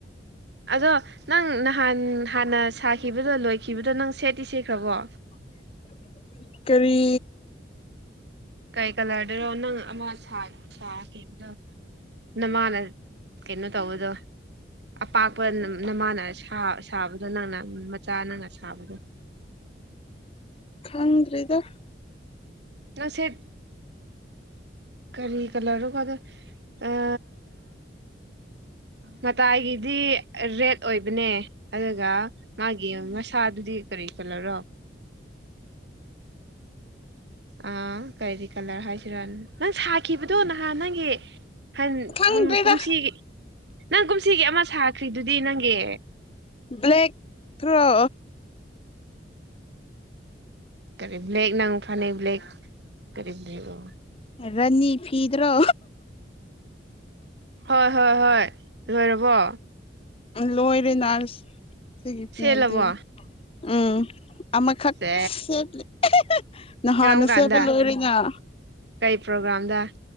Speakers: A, on the right; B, on the left.
A: ꯑꯗꯣ ꯅꯪ ꯅꯍꯥꯟ ꯍꯥꯟꯅ ꯁꯥꯈꯤꯕꯗꯣ ꯂꯣꯏꯈꯤꯕꯗꯣ ꯅꯪ ꯁꯦꯠꯇꯤ ꯁꯦꯈ꯭ꯔꯕꯣ
B: <inaudible> ꯀꯔꯤ
A: ꯀꯩ ꯀꯂꯔꯗꯅꯣ ꯅꯪ ꯑꯃ ꯁꯥ ꯁꯥꯈꯤꯕꯗꯣ ꯅꯃꯥꯅ ꯀꯩꯅꯣ ꯇꯧꯕꯗꯣ ꯑꯄꯥꯛꯄ ꯅꯃꯥꯅ ꯁꯥ ꯁꯥꯕꯗꯣ ꯅꯪꯅ ꯃꯆꯥ ꯅꯪꯅ ꯁꯥꯕꯗꯣ
B: ꯈꯪꯗ꯭ꯔꯦꯗ
A: ꯅꯪ ꯁꯦꯞ ꯀꯔꯤ ꯀꯂꯔꯅꯣꯕ ꯑꯗꯣ ꯑꯦ ꯃꯇꯥꯏꯒꯤꯗꯤ ꯔꯦꯠ ꯑꯣꯏꯕꯅꯦ ꯑꯗꯨꯒ ꯃꯥꯒꯤ ꯃꯁꯥꯗꯨꯗꯤ ꯀꯔꯤ ꯀꯥꯅꯥꯔꯣ ꯑꯥ ꯀꯔꯤ ꯀꯂꯔ ꯍꯥꯏꯁꯤꯔ ꯅꯪ ꯁꯥꯈꯤꯕꯗꯣ ꯅꯍꯥꯟ ꯅꯪꯒꯤ ꯍꯟ
B: ꯈꯪꯗ꯭ꯔꯦꯗ
A: ꯍꯝ ꯀꯨꯝꯁꯤꯒꯤ ꯅꯪ ꯀꯨꯝꯁꯤꯒꯤ ꯑꯃ ꯁꯥꯈ꯭ꯔꯤꯗꯨꯗꯤ ꯅꯪꯒꯤ
B: ꯕ꯭ꯂꯦꯛꯦ ꯇ꯭ꯔꯣ
A: ꯀꯔꯤ ꯕ꯭ꯂꯦꯛ ꯅꯪ ꯐꯅꯦꯛ ꯕꯦꯜꯛ ꯀꯔꯤ ꯕ꯭ꯂꯦꯛꯅꯣ
B: ꯔꯅꯤ ꯐꯗ꯭ꯔꯣ
A: ꯍꯣꯏ ꯍꯣꯏ ꯍꯣꯏ ꯂꯣꯏꯔꯕꯣ
B: ꯂꯣꯏꯔꯦ ꯅꯥꯁ ꯁꯤꯒꯤ ꯐꯤꯅꯦꯇꯤ
A: ꯁꯦꯠꯂꯕꯣ
B: ꯎꯝ ꯑꯃꯈꯛ
A: ꯁꯦ
B: ꯁꯦꯠꯂꯤ ꯅꯍꯥꯟꯅ
A: ꯀꯔꯝ ꯀꯥꯟꯗ
B: ꯁꯦꯕ ꯂꯣꯏꯔꯤꯅ <inaudible>
A: ꯀꯩ ꯄ꯭ꯔꯣꯒ꯭ꯔꯥꯝꯗ